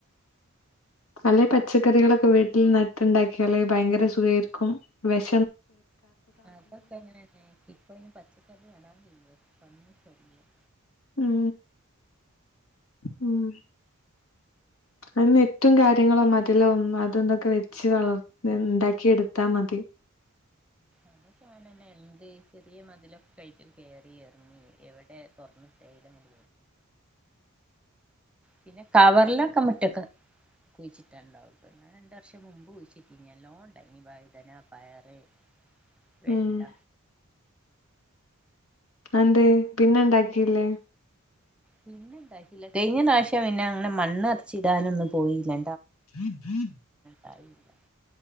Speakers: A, on the left (about 75°); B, in the centre.
A: അല്ലെ പച്ചക്കറികളൊക്കെ വീട്ടിൽ നട്ടുണ്ടാക്കിയാലേ ഭയങ്കര സുഖായിരിക്കും വെശ്
B: അതൊക്കെ അങ്ങനെന്നെ ഇപ്പതിന് പച്ചക്കറി നടാൻ കയിയോ? പന്നി ശല്ല്യം
A: ഉം ഉം അതിന് ഏറ്റവും കാര്യങ്ങളോ മതിലോ അതന്തൊക്കെ വെച്ച് വളർ ഉണ്ടാക്കി എടുത്താ മതി.
B: അതൊക്കെന്നെ എന്ത് ചെറിയ മതിലൊക്കെ കട്ടും കറി ഇറങ്ങി എവിടെ തുറന്നിട്ടതങ്ങി പിന്നെ കവറിലൊക്കെ മുറ്റക്ക കുഴിച്ചിട്ടുണ്ടാവട്ട രണ്ട വർഷം മുമ്പ് കുഴിച്ചിട്ട് ഇല്ലോണ്ടനി വഴുതന പയറ്. വെണ്ട
A: ഉം അതെന്തിയെ പിന്നെ ഇണ്ടാക്കിയില്ലേ
B: പിന്നെണ്ടാക്കില്ല കഴിഞ്ഞ പ്രാവശ്യം പിന്നെ അങ്ങനെ മണ്ണ് നറച്ചിടാനൊന്നും പോയില്ലാ
A: <unintelligible>
B: തയില്ല